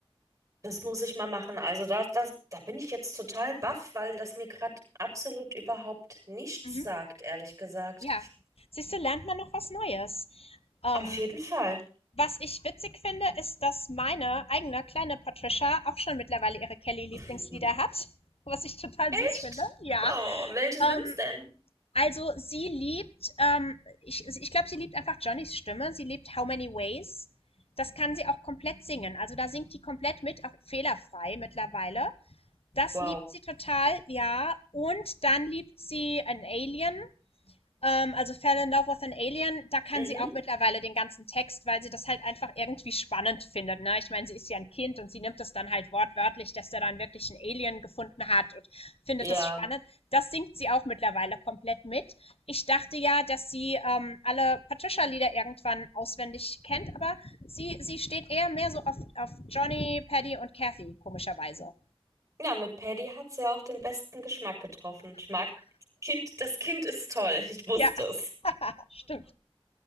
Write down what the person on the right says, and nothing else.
das muss ich mal machen. Also da, das, da bin ich jetzt total baff, weil das mir gerade absolut überhaupt nichts
sagt, ehrlich gesagt.
Auf jeden Fall.
<laughs>
Echt?
Oh, welche
sind's denn?
Wow.
Mhm.
Ja.
Ja, mit Paddy hat's ja auch den besten Geschmack getroffen. Ich mag Kind, das Kind ist toll. <laughs> Ich wusste
es.